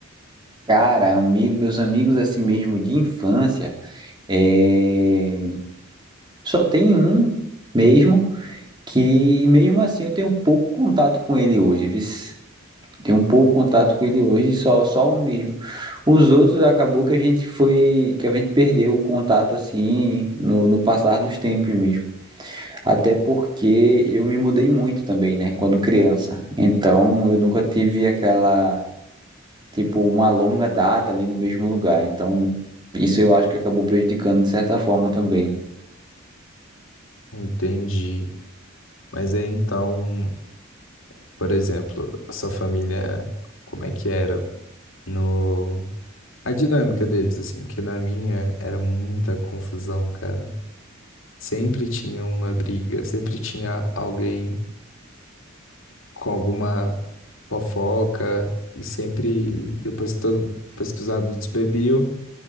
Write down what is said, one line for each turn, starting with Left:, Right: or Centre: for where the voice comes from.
Right: Cara, ami- meus amigos assim mesmo de infância, é, só tem um mesmo que mesmo assim eu tenho pouco contato com ele hoje, viu? Tenho pouco contato com ele hoje, só só um mesmo. Os outros acabou que a gente foi, que a gente perdeu o contato assim no, no passar dos tempos mesmo. Até porque eu me mudei muito também, né, quando criança. Então eu nunca tive aquela tipo, uma longa data ali no mesmo lugar. Então, isso eu acho que acabou prejudicando de certa forma também.
Left: Entendi. Mas é então, por exemplo, a sua família, como é que era no... A dinâmica deles, assim, porque na minha era muita confusão, cara. Sempre tinha uma briga, sempre tinha alguém com alguma fofoca, e sempre, depois que, todo, depois que os adultos bebiam,